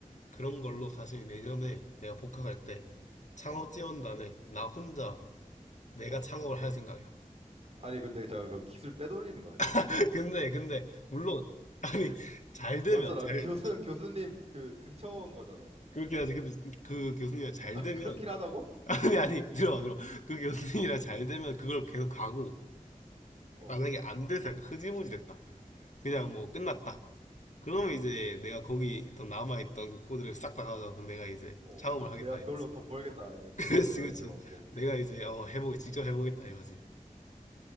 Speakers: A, on the left; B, on the right.
A: 그런 걸로 사실 내년에 내가 복학할 때 창업
B: 어,
A: 지원단에 나 혼자 내가
B: 어.
A: 창업을 할 생각이야.
B: 아니, 근데 제가 그 기술 빼돌리는 거 아니야?
A: <laughs> 근데 근데 물론 아니 잘 되면
B: 맞잖아.
A: 잘
B: <laughs> 교수,
A: 자-
B: 교수님 그 등쳐온 거잖아.
A: 그렇긴 하지. 근데 그 교수님이랑
B: <laughs>
A: 잘
B: 아,
A: 되면
B: 그렇긴 하다고?
A: <laughs> 아니 아니 들어 들어 그 교수님이랑 잘 되면 그걸 계속 가고
B: 어,
A: 만약에 안 돼서 약간 흐지부지 됐다. 그냥
B: 어,
A: 뭐 끝났다. 그러면
B: 어,
A: 이제 내가 거기 있던 남아있던 그 코드를 싹 다 가져와서 내가 이제
B: 어.
A: 창업을
B: <laughs>
A: 하겠다
B: 내가 그걸로
A: 이거지.
B: 돈 벌겠다. 아니야.
A: <laughs> 그렇지
B: 교수님 아이디어
A: 그렇지.
B: 갖고.
A: 내가 이제 어 해보게 직접 해보겠다 이거지.